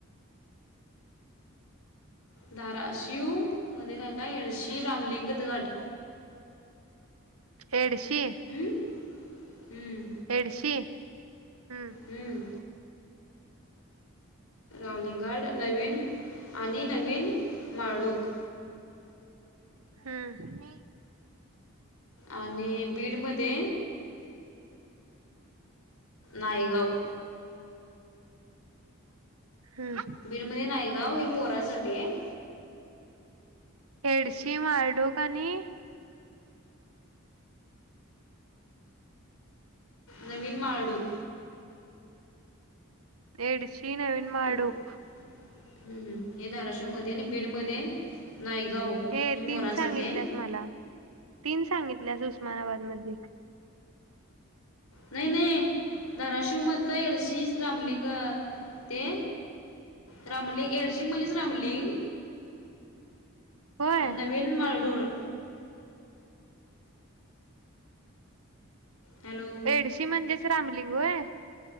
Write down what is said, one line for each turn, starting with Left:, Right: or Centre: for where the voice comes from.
Left: धाराशिव मध्ये काय? काय आहे श्री रामलिंगगड
Right: एडशी
Left: हं? हं.
Right: एडशी हम्म.
Left: हम्म. पावलिंगड नवीन आणि नवीन माडूक
Right: हम्म.
Left: आणि बीडमध्ये नायगाव
Right: हम्म
Left: बीड मध्ये नाही गाव हे मोरासाठी हाय
Right: एडशी मारडोक आणी
Left: नवीन माळडूक
Right: एडशी नवीन माळडूक
Left: आणि- हम्म. हे धाराशिवमध्ये आणि बीड मध्ये नायगाव
Right: हे
Left: ही मोरांसाठी
Right: तीन सांगितल्यास
Left: हाय
Right: मला. तीन सांगितलेस उस्मानाबाद मधे
Left: नाही नाही धाराशिव मधलं एडशी रामलिंग ते रामलिंग एडशी म्हणजेच रामलिंग
Right: होय
Left: अन नवीन मारधोळ हॅलो
Right: एडशी म्हणजेच रामलिंग होय.